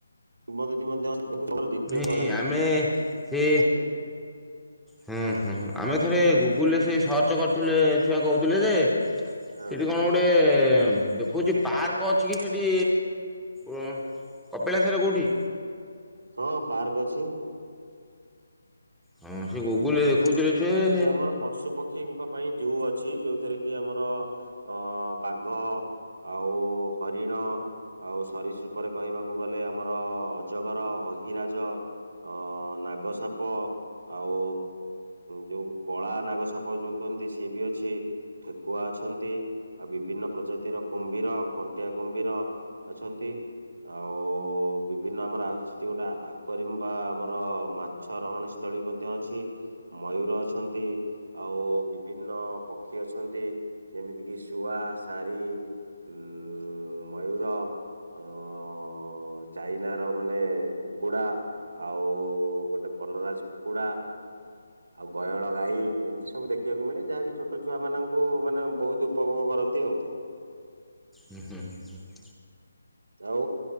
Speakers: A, on the right; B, in the centre.
A: କିମ୍ୱଦନ୍ତୀ ମଧ୍ୟ <unintelligible>
B: କି ଆମେ ହି
A: ଆଜ୍ଞା
B: ହୁଁ ହୁଁ ଆମେ ଥରେ ଗୁଗୁଲରେ ସେ ସର୍ଚ୍ଚ କରିଥିଲେ ଛୁଆ କହୁଥିଲେ ଯେ
A: ହଁ
B: ସେଠି କଣ ଗୋଟେ ଦେଖଉଛି ପାର୍କ ଅଛି କି ସେଠି ଉଁ? କପିଳାସରେ କୋଉଠି?
A: ହଁ ପାର୍କ ଅଛି।
B: ହଁ ସେ ଗୁଗୁଲରେ ଦେ ଦେଖୁଥିଲେ ଛୁଏ
A: ସେ ଆମର ପଶୁ ପକ୍ଷୀଙ୍କ ପାଇଁ ଜୁ ଅଛି ଯୋଉ ଯୋଉଥିରେ କି ଆମର ଅ ବାଘ ଆଉ ହରିଣ ଆଉ ସରୀସୃପରେ କହିବାକୁ ଗଲେ ଆମର ଅଜଗର, ଅହିରାଜ ଅ ନାଗସାପ ଆଉ ଯୋଉ କଳା ନାଗ ସାପ ଯୋଉ କୁହନ୍ତି ସିଏ ବି ଅଛି ଠେକୁଆ ଅଛନ୍ତି। ଆଉ ବିଭିନ୍ନ ପ୍ରଜାତିର କୁମ୍ଭୀର ଖଣ୍ଟିଆ କୁମ୍ଭୀର ଅଛନ୍ତି। ଆଉ ବିଭିନ୍ନ ଆମର ଅଛି ଗୋଟେ ଏକ୍ୱାରିଅମ୍ ବା ଆମର ମା ଛ ରହଣୀ ସ୍ଥଳୀ ମଧ୍ୟ ଅଛି ମୟୂର ଅ ଅଛନ୍ତି ଆଉ ବିଭିନ୍ନ ପକ୍ଷୀ ଅଛନ୍ତି। ଯେମିତି କିି ଶୁଆ, ସାରି ଉ ମୟର। ଅ ଅ ଚାଇନାର ମାନେ କୁକୁଡ଼ା ଆଉ ଗୋଟେ ବନରାଜ କୁକୁଡ଼ା। ଆଉ ଗୟଳ ଗାଈ ଏମିତି ସବୁ ଦେଖିବାକୁ ମିଳେ ଯାହାକି ଛୋଟ ଛୁଆମାନାନଙ୍କୁ ମାନେ ବହୁତ ଉପଭୋଗ କରନ୍ତି ଆଉ।
B: ହୁଁ, ହୁଁ, ହୁଁ, ହୁଁ।
A: ଆଉ